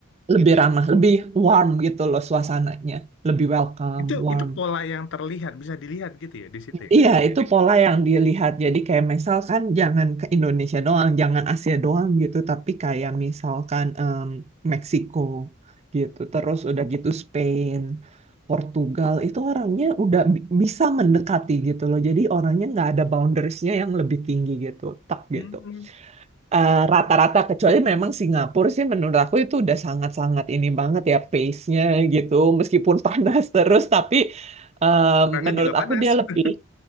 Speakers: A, on the right (about 30°); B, on the left (about 60°).
A: lebih ramah, lebih warm gitu loh suasananya, lebih welcome,
B: Itu
A: warm.
B: itu pola yang terlihat, bisa dilihat gitu ya di situ ya.
A: Iya, itu pola yang dilihat. Jadi kayak misalkan jangan ke Indonesia doang, jangan Asia doang gitu, tapi kayak misalkan em, Meksiko gitu. Terus udah gitu Spain, Portugal, itu orangnya udah bi- bisa mendekati gitu loh. Jadi orangnya nggak ada boundariesnya yang lebih tinggi gitu, tak
B: Hmm,
A: gitu. Eh, Rata-rata kecuali memang Singapura sih menurut aku itu udah sangat-sangat ini banget ya pace-nya gitu. Meskipun panas <laughs> terus, tapi eh,
B: orangnya
A: menurut
B: juga panas.
A: aku dia lebih
B: <laughs>